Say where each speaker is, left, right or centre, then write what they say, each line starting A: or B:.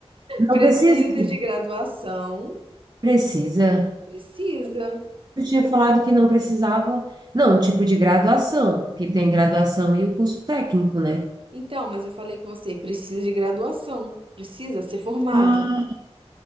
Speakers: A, on the right; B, on the right.
A: não
B: Precisa
A: precisa de.
B: de graduação.
A: Precisa.
B: Precisa.
A: Eu tinha falado que não precisava, não, tipo de graduação, porque tem graduação e o curso técnico, né?
B: Então, mas eu falei com você, precisa de graduação. Precisa ser formado.
A: Ah,